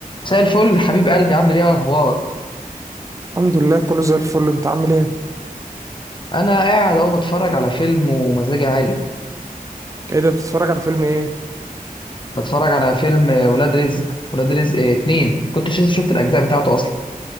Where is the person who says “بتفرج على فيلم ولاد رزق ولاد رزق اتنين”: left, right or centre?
Left